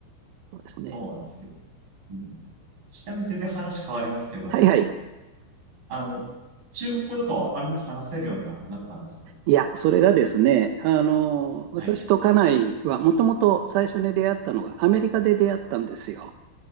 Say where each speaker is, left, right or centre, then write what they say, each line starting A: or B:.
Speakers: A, on the right; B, on the right.
A: そうですね。
B: そうなんですね。うん。ちなみに全然話変わりますけど、
A: はいはい。
B: あの、中国語とかはある程度話せるようにはなったんですか
A: いや、それがですね、あの、私と家内はもともと最初に出会ったのがアメリカで出会ったんですよ。
B: はい。